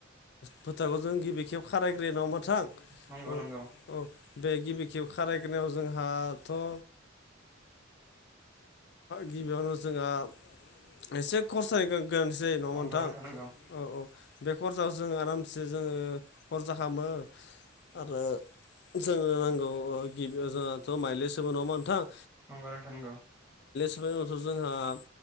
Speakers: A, on the left; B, on the right.
A: फोथारखौ जों गिबि खेब खारायग्रोयो नङा होनबा थां
B: नंगौ
A: औ
B: नंगौ
A: - औ बे गिबि खेब खारायगोनायाव जोंहाथ' औ गिबियावनो जोंहा एसे खरसायगोन गोनांथि जायो नङा
B: नंगौ
A: नोंथां
B: नंगौ
A: औ औ बे कर्साव जों आरामसे जोङो हरजाहामो आरो जोंनो नांगौ गिबि जोंहाथ' माइले समो नङा होनबा नोंथाङा
B: नंगौ नोंथां नंगौ
A: <unintelligible> जोंहा